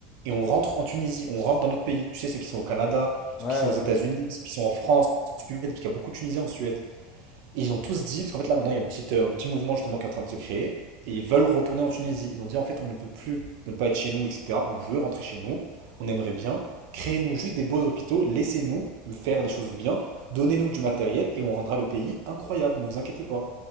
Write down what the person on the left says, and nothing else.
Ouais,
ouais,
ouais.